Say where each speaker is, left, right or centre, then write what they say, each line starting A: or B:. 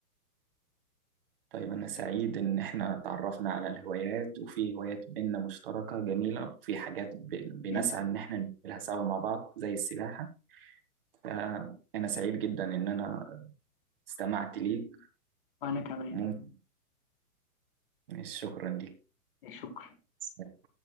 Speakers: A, on the right; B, on the left.
A: طيب أنا سعيد إن إحنا تعرفنا على الهوايات وفي هوايات بينا مشتركة جميلة وفي حاجات ب- بنسعى
B: جدا
A: إن إحنا نعملها سوا مع بعض زي السباحة فأنا سعيد جدا إن أنا استمعت ليك
B: وأنا كمان
A: ممكن شكرا
B: شكرا
A: ليك